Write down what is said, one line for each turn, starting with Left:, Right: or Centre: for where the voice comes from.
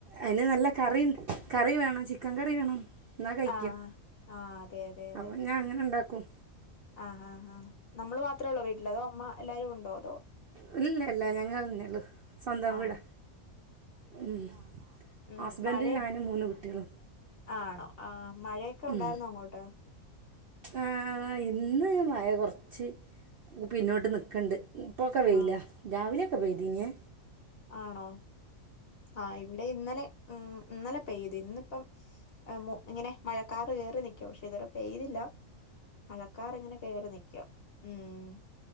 Right: അയ്ല് നല്ല കറി കറി വേണം ചിക്കൻ കറി വേണം എന്നാ കഴിക്കും.
Left: ആഹ് ആഹ് അതെ അതെ അതെ
Right: അപ്പൊ ഞാൻ അങ്ങനെണ്ടാക്കും.
Left: ആഹ് ആഹ് ആഹ് നമ്മള് മാത്രേള്ളൂ വീട്ടില് അതോ അമ്മ എല്ലാരും ഉണ്ടോ അതോ.
Right: ഓലൊന്നല്ല ഞങ്ങൾന്നള്ളു സ്വന്തം
Left: ആഹ്
Right: വീടാ ഉം ആഹ്
Left: ഉം
Right: ആഹ്. ഹസ്ബൻഡും
Left: മഴ
Right: ഞാനും മൂന്ന് കുട്ടികളും
Left: ആണോ ആഹ് മഴയൊക്കെ ഉണ്ടായിരുന്നോ
Right: ഉം.
Left: അങ്ങോട്ട്
Right: ആ ഇന്ന് മഴ കൊർച്ച് പിന്നോട്ട് നിക്ക്ണ്ട്. ഇപ്പൊക്കെ
Left: ആഹ്
Right: വെയിലാ രാവിലെക്കെ പെയ്തിനെ.
Left: ആണോ ആ ഇവിടെ ഇന്നലെ ഉം ഇന്നലെ പെയ്ത് ഇന്നിപ്പം. അ മു ഇങ്ങനെ മഴക്കാറ് കേറി നിക്കു പക്ഷെ ഇതവരെ പെയ്തില്ല. മഴക്കാറ്ങ്ങനെ കേറി നിക്ക്യും ഉം.